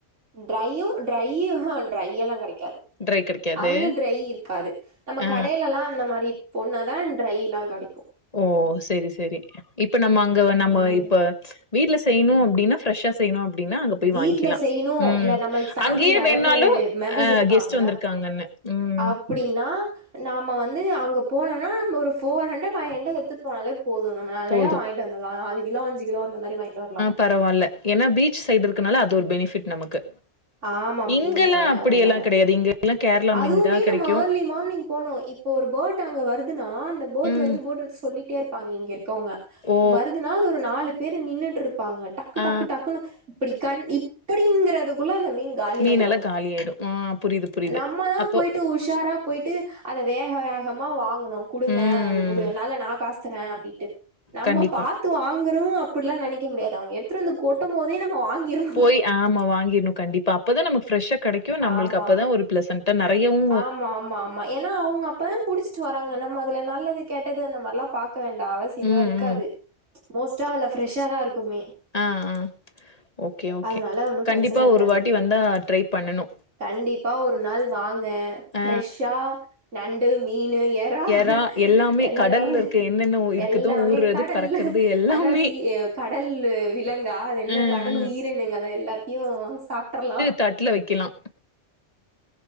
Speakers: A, on the right; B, on the left.
A: டிரையு டிரை ஆ டிரை எல்லாம கடைக்கு காது
B: ட்ரை கெடைக்காது
A: அங்க டிரை இருக்காது நம்ம
B: ஆ
A: கடையிலல்லாம் அந்த மாரி பொனாத டிரை எல்லா கடைக்கும்
B: ஓ செரி செரி இப்ப நம்ம அங்க நம்ம
A: ம்
B: இப்ப வீட்ல செய்யணும் அப்டின்னா ஃப்ரெஷ்ஷா செய்யணும் அப்டின்னா அங்க போய்
A: வீட்ல
B: வாங்கிக்கலா
A: செய்யணு
B: ம்
A: இல்ல நம்மளுக்கு ஃபேமிலி
B: அங்கயே
A: நெறைய
B: வேணுனாலு
A: பேரு மெம்பர்ஸ்
B: அ
A: இருக்காங்க
B: கெஸ்ட் வந்திருக்காங்கன்னு ம்
A: அப்டின்னா நாம்ம வந்து அங்க போனம்னா நம்ம ஒரு ஃபோர் ஹண்ட்ட் பைவ் ஹண்ட்ரட் எடுத்துட்டு போனாலே போதும் நம் நெறயா
B: போது
A: வாங்கிட்டு வந்துர்லா நாலு கிலோ அஞ்சு கிலோ அந்த மாரி வாங்கிட்டு வர்லா
B: பரவாயில்ல ஏனா பீச் சைடு இருக்குனால அது ஒரு பெனிஃபிட் நமக்கு
A: ஆமா
B: இங்கெல்லாம்
A: நீ ந
B: அப்டி எல்லா
A: நல்ல
B: கடையாது இங்க எல்லா கேரளா
A: அதுவுமே
B: மீன் தா கெடைக்கு
A: நம்ம ஏர்லி மார்னிங் போனோ இப்போ ஒரு போட் அங்க வருதுன்னா அந்த போட்
B: ம்
A: வருது போட் வருது சொல்லிட்டே இரு பாங்க இங்க இருக்கவங்க
B: ஓ
A: வருதுனா அது ஒரு நாலு பேரு நின்னுட்ருப்பாங்க டக்கு
B: ஆ
A: டக்கு டக்கு குல இப்டி கண் இப்டிங்கிறதுக்குள்ள அந்த மீன் காலி
B: மீன்
A: ஆயிரு
B: எல்லா காலி ஆய்டு ஆ புரியுது புரியுது
A: நம்ம தா
B: அப்போ
A: போய்ட்டு உஷாரா போயிட்டு அத வேக வேகமா வாங்கணு குடுங்க
B: ம்
A: இ நல்லா நான் காசுதறேன் அப்டின்ட்டு நம்ம
B: கண்டிப்பா
A: பாத்து வாங்குனு அப்டிலா நெனைக்க முடியாது அவங்க எடுத்துட்டு வந்து கொட்டும் போதே நம்ம வாங்கிரனு
B: போய் ஆமா வாங்கிடும் கண்டிப்பா அப்பதான் நமக்கு ஃப்ரெஷ்ஷா கடைக்கும் நம்ளுக்கு
A: ஆமா
B: அப்பதான் ஒரு பெளசண்டா நெறையவும்
A: ஆமா ஆமா ஆமா ஏனா அவங்க அப்பதான் புடிச் ட்டு வராங்க நம்ம அதுல நல்லது கேட்டது அந்த மாரி பாக்க வேண்டா அவசியம்லாம்
B: ம்,
A: இருக்காது
B: ம்.
A: மோஸ்ட்டா இல்ல ஃப்ரெஷ்ஷா தான் இருக்குமே
B: ஆ ஆ ஓகே ஓகே
A: அதனால ஒன்னு
B: கண்டிப்பா
A: பிரச்சன இருக்காது
B: ஒரு வாட்டி வந்தா ட்ரை பண்ணணு
A: கண்டிப்பா ஒரு நாள் வாங்க ஃப்ரெஷ்ஷா
B: ஆ
A: நண்டு மீன் ஏ அ
B: எறா
A: எல்லாமே
B: கடல்ல இருக்க என்னென்ன இருக்குதோ
A: எல்லாமே
B: ஊர்றது,
A: கடல்ல
B: பறக்கறது எல்லாமே.
A: அதா சீயு கடலு விலங்கா அது என்ன
B: அ,
A: கடல்
B: அ.
A: உயிரினுங்கள் எல்லாத்தயு சாப்பிட்றலா
B: தட்டில வைக்கலா